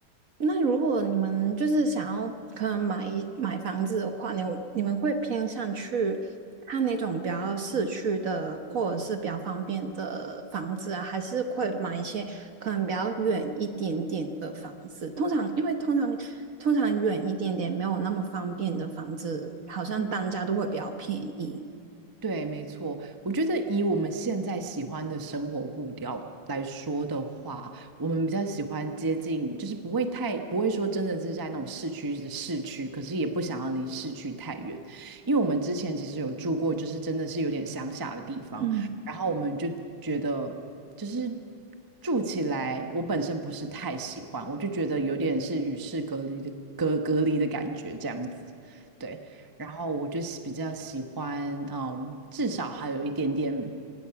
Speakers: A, on the right (about 50°); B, on the right (about 20°).
A: 那如果你们就是想要可能买一买房子的话，你有你们会偏向去看那种比较市区的，或者是比较方便的房子啊，还是会买一些可能比较远一点点的房子？通常因为通常通常远一点点没有那么方便的房子，好像单价都会比较便宜。
B: 嗯，对，没错。我觉得以我们现在喜欢的生活步调来说的话，我们比较喜欢接近，就是不会太，不会说真的是在那种市区的市区，可是也不想要离市区太远，因为我们之前其实有住过，就是真的是有点乡下的地方，
A: 嗯，
B: 然后我们就觉得就是住起来，我本身不是太喜欢，我就觉得有点是与世隔离的隔隔离的感觉这样子。对。然后我就是比较喜欢，嗯，至少还有一点点